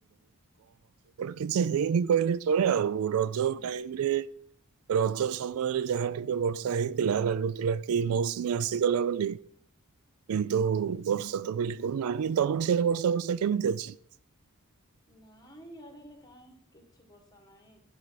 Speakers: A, on the right; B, on the left.
A: କିଛି ହେଇନି କହିଲେ ଚଳେ ଆଉ ରଜ
B: ହୁଁ ହୁଁ
A: ଟାଇମରେ ରଜ ସମୟରେ ଯାହା ଟିକେ ବର୍ଷା ହେଇଥିଲା ଲାନୁ ବାକି ମୌସୁମୀ ଆସିଗଲା ବୋଲି କିନ୍ତୁ ବର୍ଷା ତ ବିଲ୍ କୁଲ ନାହିଁ ତମର ସିଆଡେ ବର୍ଷା ଫର୍ଷା କେମିତି ଅଛି?
B: ନାଇଁ ଇଆଡେ ହେଲେ କାଇଁ କିଛି ବର୍ଷା ନାଇଁ